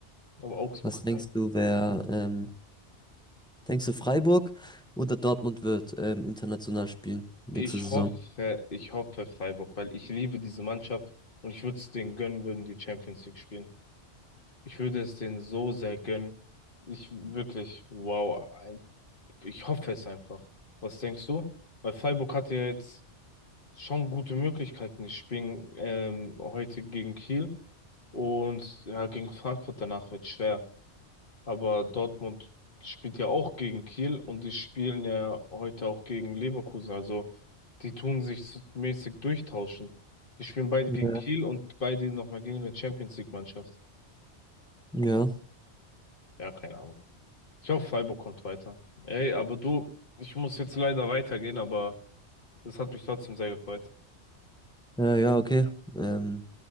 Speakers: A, on the left; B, in the centre.
A: Aber Augsburg
B: Was
A: hat
B: denkst
A: halt,
B: du, wer ähm, Denkst du, Freiburg oder Dortmund wird ähm, international spielen nächste
A: ich
B: Saison?
A: hoffe, ich hoffe Freiburg, weil ich liebe diese Mannschaft und ich würde es denen gönnen, würden die Champions League spielen. Ich würde es denen so sehr gönnen. Ich wirklich, wow, Ich hoffe es einfach. Was denkst du? Weil Freiburg hatte ja jetzt schon gute Möglichkeiten. Die spielen ähm, heute gegen Kiel und ja, gegen Frankfurt danach wird schwer. Aber Dortmund spielt ja auch gegen Kiel und die spielen ja heute auch gegen Leverkusen. Also die tun sich so mäßig durchtauschen. Die spielen beide
B: Ja.
A: gegen Kiel und beide nochmal gegen eine Champions League Mannschaft.
B: Ja,
A: Ja, keine Ahnung. Ich hoffe, Freiburg kommt weiter. Ey, aber du, ich muss jetzt leider weitergehen, aber Das hat mich trotzdem sehr gefreut.
B: ja, ja, okay. Ähm,